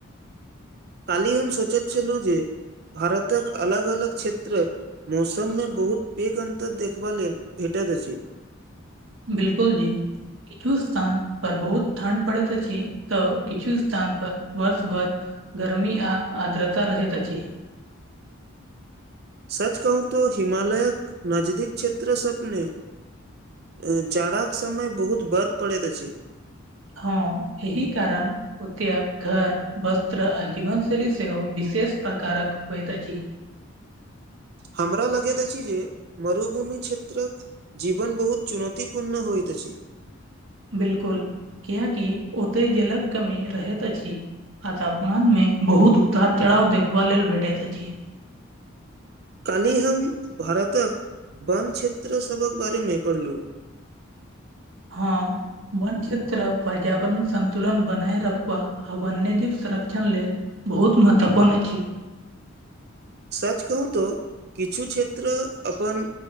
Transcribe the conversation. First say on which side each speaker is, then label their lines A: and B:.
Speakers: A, on the right; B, on the right.
A: काल्हि हम सोचैत छलहुँ जे भारतक अलग अलग क्षेत्रक मौसममे बहुत पैघ अन्तर देखबा लेल भेटैत अछि
B: बिल्कुल जी किछु स्थान पर बहुत ठण्ड पड़ैत छै तऽ किछु स्थान पर वर्ष भर गर्मी आ आर्द्रता रहैत अछि
A: सच कहू तो हिमालयक नजदीक क्षेत्र सब में जाड़ाक के समय बहुत बर्फ पड़ैत अछि
B: हँ एहि कारण ओत घर वस्त्र आ जीवन शैली सेहो विशेष प्रकारक होइत अछि
A: हमरा लगैत अछि जे मरुभूमि क्षेत्रक जीवन बहुत चुनौतीपूर्ण होइत अछि
B: बिल्कुल किियकि ओतहि जेलक कमी रहैत अछि आ तापमान मे बहुत उतार चढ़ाव देखबा लेल भेटैत अछि।
A: काल्हि हम भारतक वन क्षेत्र सभक बारेमे पढ़लहुँ।
B: हँ। वन्य क्षेत्रक पर्यावरण संन्तुलन बनाय रखबा आ वन्यजीव संरक्षण लेल। बहुत महत्वपूर्ण अछि
A: सच कहू तो किछु क्षेत्र अपन